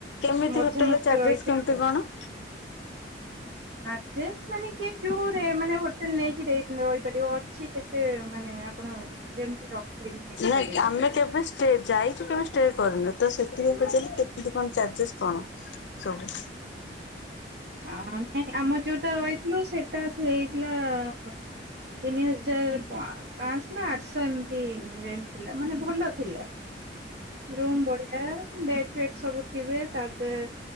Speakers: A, on the left; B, on the right.
A: କେମିତି
B: ମଝା
A: ହୋଟେଲ
B: ମଝିରେ
A: ର ଚାର୍ଜେସ୍
B: ରହିଥିଲୁ
A: କେମିତି
B: ଆଉ
A: କଣ?
B: ମାନେ କି ଯୋଉରେ ମାନେ ହୋଟେଲ ନେଇକି ରହିପାରିବ ଅଛି କେ ଏତେ ମାନେ ଆପଣ ଯେମତି ର <unintelligible> ନେଇପାରିବେ।
A: ନାଇଁ ଆମେ କେବେ ଷ୍ଟ ଯାଇଛୁ କେବେ ଷ୍ଟେ କରିନୁ ତ ସେଥିପାଇଁ ବିଲେ କେମତି କଣ ଚାର୍ଜେସ୍ କଣ? ସବ
B: ଆାଇ ଆମର ଯୋଉଟା ରହିଥିଲୁ ସେଟା ହେଇଥିଲା ତିନି ହଜାର ପାଞ୍ଚଶହ ନା ଆଠଶହ ଏମିତି ରେଟ ଥିଲା ମାନେ ଭଲ ଥିଲା। ରୁମ୍ ବଢିଆ ବେଡ଼ ବେ ସବୁ ଥିବେ ତା ତ